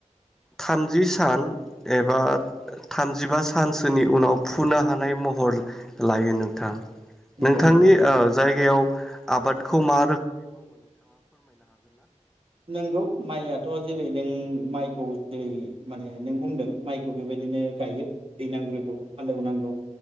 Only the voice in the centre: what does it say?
थामजि सान एबा थामजिबा सानसोनि उनाव फुनो
हानाय महर लायो नोंथां
नोंथांनि
जायगायाव आबाद खौ मा